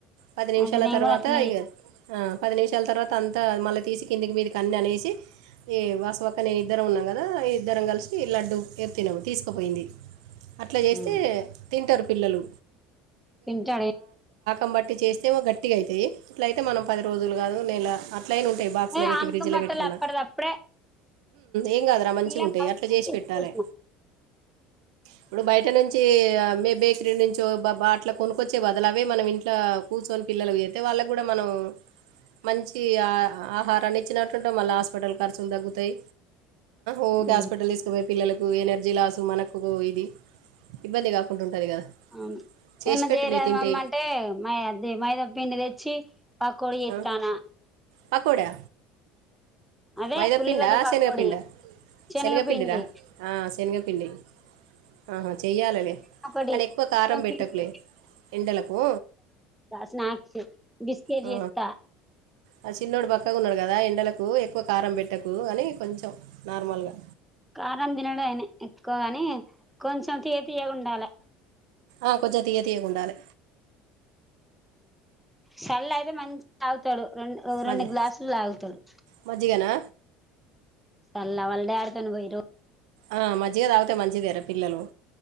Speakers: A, on the right; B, in the centre.
A: పది నిమిషాల
B: అది నేను
A: తర్వాత
B: కూడా అట్లనే
A: ఇగ పది నిమిషాల తర్వాత అంతా మళ్ళీ తీసి కిందికి మిందకి అన్నీ అనేసి ఏ వాస వక్క నేను ఇద్దరం ఉన్నాం కదా ఇద్దరం కలిసి లడ్డు ఎరు తన్నాము తీసుకుపోయింది అట్ల
B: చేస్తాను
A: చేస్తే తింటరు పిల్లలు
B: తింటాడు
A: కబట్టి చేస్తే గట్టిగా అవుతాయి ఇట్ల అయితే మనం పది రోజులు కాదు నేల <unintelligible> ఉంటాయి బాక్స్
B: ఏ
A: లో పెట్టి
B: ఆనకం
A: ఫ్రిడ్జ్ లో
B: బట్టలు
A: పెట్టుకున్న
B: అప్పటిదప్పుడే
A: ఏం కాదురా మంచిగా
B: బెల్లం
A: ఉంటాయి
B: కరిగిచ్చి
A: అట్లా చేసి
B: ఇచ్చేసిన.
A: పెట్టాలే ఇప్పుడు బయట నుంచి మే <unintelligible> డి నుంచో అట్లా కొనుక్కొచ్చే పిల్లలకు చేస్తే అవే మనం ఇంట్లో కూర్చొని పిల్లలకు చేతే వాళ్ళకి కూడా మనం మంచి ఆ ఆహారాన్ని ఇచ్చినట్లుంటే మళ్ళ హాస్పిటల్ ఖర్చులు తగ్గుతాయ్ ఊరికే
B: ఉమ్.
A: హాస్పిటల్ కి తీసుకుపోయి పిల్లలకు ఎనర్జీ లాసు మనకు ఇది ఇబ్బంది కాకుండా ఉంటది కదా
B: అవును
A: చేసి
B: ఏమన్నా
A: పెట్టులే
B: చేయరదమ్మ
A: తింటే
B: అంటే మై మైదా పిండి తెచ్చి పక్కోడికి యితన్నా
A: ఆ, పకోడా
B: అదే
A: మైదాపిండా
B: ఉల్లిగడ్డ పకోడి
A: శనగపిండా
B: శనగపిండి
A: శనగపిండిరా ఆ శనగపిండి ఆహా చెయ్యాలలే
B: <unintelligible>
A: కానీ ఎక్కువ కారం పెట్టకులే ఎండలకు
B: స్నాక్స్ బిస్కెట్
A: ఆ,
B: చెత్త
A: ఆ చిన్నోడు బక్కగా ఉన్నాడు కదా ఎండలకు ఎక్కువ కారం పెట్టకు అని కొంచెం నార్మల్గా
B: కారం తినడుఅయినా ఎక్కువగాని కొంచెం తియ్య తియ్యగుండాలి
A: ఆ కొంచెం తియ్య తియ్యగా ఉండాలి
B: సర్లే అయితే మంచిగా తాగుతాడు రెండు
A: మజ్జి
B: రెండు గ్లాసులు ఆగుతాడు
A: మజ్జిగనా
B: <unintelligible>
A: ఆ మజ్జగ తాగితే మంచిదేరా పిల్లలు